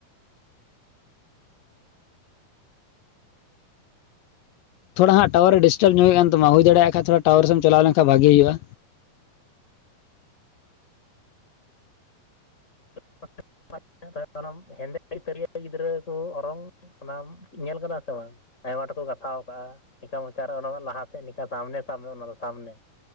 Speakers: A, on the left (about 75°); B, on the left (about 20°).
A: ᱛᱷᱚᱲᱟ ᱦᱟᱸᱜ ᱴᱟᱣᱟᱨ ᱨᱮ ᱰᱤᱥᱴᱟᱵᱽ ᱧᱚᱜ ᱦᱩᱭᱩᱜ ᱠᱟᱱ ᱛᱟᱢᱟ ᱦᱩᱭ ᱫᱟᱲᱮᱭᱟᱜ ᱠᱷᱟᱱ ᱛᱷᱚᱲᱟ ᱴᱟᱣᱟᱨ ᱥᱮᱫ ᱪᱟᱞᱟᱣ ᱞᱮᱱᱠᱷᱟᱱ ᱵᱷᱟᱜᱤ ᱦᱩᱭᱩᱜᱼᱟ
B: <unintelligible> ᱦᱮᱸᱫᱮ ᱛᱤᱨᱭᱟᱹ ᱜᱤᱫᱽᱨᱟᱹ ᱠᱚ ᱚᱨᱚᱝ ᱚᱱᱟᱢ ᱧᱮᱞ ᱟᱠᱟᱫᱟ ᱥᱮ ᱵᱟᱝ ᱟᱭᱢᱟ ᱴᱩᱠᱩ ᱜᱟᱛᱷᱟᱣ ᱟᱠᱟᱜᱼᱟ ᱱᱤᱝᱠᱟ ᱢᱚᱪᱟ ᱚᱱᱟ ᱞᱟᱦᱟ ᱥᱮᱫ ᱱᱤᱝᱠᱟ ᱥᱟᱢᱱᱮ ᱥᱟᱢᱱᱮ ᱚᱱᱟ ᱫᱚ ᱥᱟᱢᱱᱮ